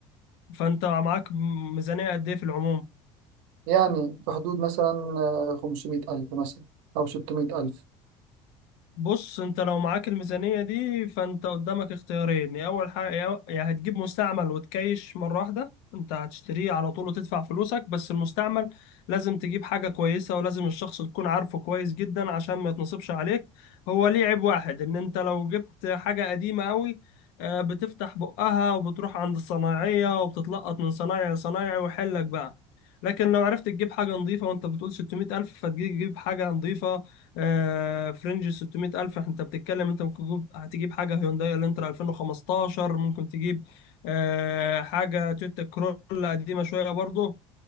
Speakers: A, on the left (about 80°); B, on the right (about 80°).
A: فانت معاك ميزانية قد ايه في العموم
B: يعني في حدود مثلا آه، 500000 مثلا او 600000
A: بص انت لو معاك الميزانية دي فانت قدامك اختيارين يا اول حاجة يا يا هتجيب مستعمل وتكيش مرة واحدة انت هتشتريه على طول وتدفع فلوسك بس المستعمل لازم تجيب حاجة كويسة ولازم الشخص تكون عارفه كويس جدا عشان ما يتنصبش عليك هو ليه عيب واحد ان انت لو جبت حاجة قديمة قوي آه، بتفتح بقها وبتروح عند الصنايعية وبتتلقط من صنايعي لصنايعي ويحلك بقى لكن لو عرفت تجيب حاجة نظيفة وانت بتقول 600 ألف فتجيب حاجة نظيفة آه، فرنج 600 ألف انت بتتكلم انت ممكن تجيب هتجيب حاجة هيونداي الانترا 2015 ممكن تجيب آه، حاجة تويوتا كرولا قديمة شوية برضه